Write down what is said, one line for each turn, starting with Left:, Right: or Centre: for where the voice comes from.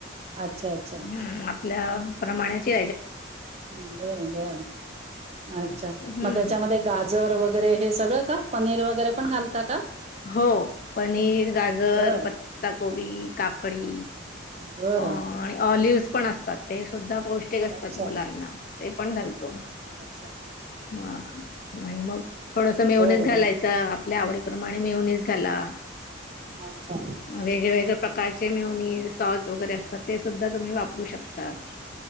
Right: अच्छा अच्छा
Left: हम्म आपल्या प्रमाणाची
Right: बर बरं अच्छा
Left: हम्म
Right: मग त्याच्यामध्ये गाजर वगैरे हे सगळं का पनीर वगैरे पण घालता का
Left: हो पनीर गाजर
Right: बर
Left: पत्ताकोबी काकडी
Right: बर
Left: अ आणि ऑलिव पण असतात ते सुद्धा पौष्टिक असतात
Right: अच्छा
Left: मुलांना ते पण घालतो
Right: अच्छा
Left: हा आणि मग थोडस मायोनिस
Right: बर
Left: घालायचं
Right: बर
Left: आपल्या आवडीत आणि मेहनीस घाला
Right: अच्छा
Left: वेगवेेगळ्या प्रकारचे मेहनीस सॉस वगैरे असतात ते सुद्धा तुम्ही वापरू शकताात